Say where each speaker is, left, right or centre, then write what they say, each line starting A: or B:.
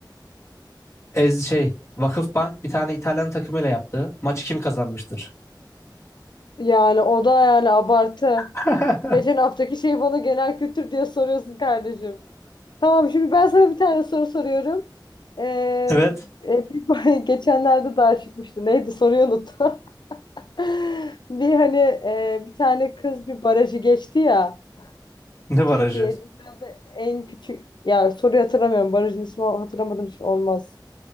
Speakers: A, on the left; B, on the left.
A: Ez şey Vakıfbank bir tane İtalyan takımıyla yaptı. Maçı kim kazanmıştır?
B: Yani o da yani abartı.
A: <laughs>
B: Geçen haftaki şeyi bana genel kültür diye soruyorsun kardeşim. Tamam şimdi ben sana bir tane soru soruyorum. Ee,
A: Evet.
B: e, bir- <laughs> geçenlerde daha çıkmıştı. Neydi soruyu unuttum. <laughs> Bir hani e, bir tane kız bir barajı geçti ya.
A: Ne barajı?
B: Türkiye'de en küçük ya soruyu hatırlamıyorum. Barajın ismi hatırlamadım için olmaz.